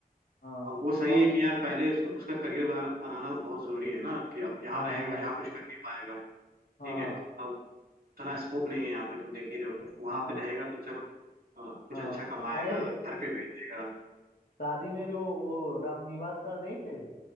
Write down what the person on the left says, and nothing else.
हाँ
और
हाँ
हाँ
हाँ
हाँ
हाँ
अरे
शादी में जो वो रामनिवास सर नहीं थे